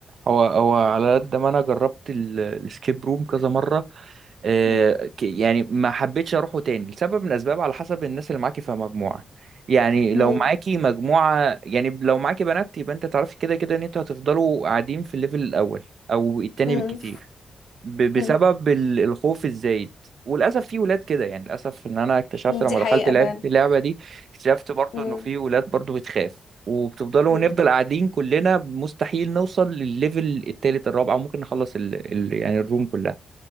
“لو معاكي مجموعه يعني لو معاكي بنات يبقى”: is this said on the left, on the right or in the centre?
Right